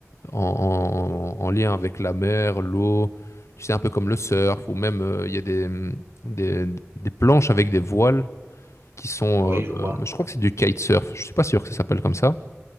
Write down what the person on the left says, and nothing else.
en, en- en lien avec la mer, l'eau, tu sais, un peu comme le surf, ou même euh, il y a des, des, des planches avec des voiles qui sont,
euh, je crois
que c'est du kitesurf, je suis pas sûr que ça s'appelle comme ça,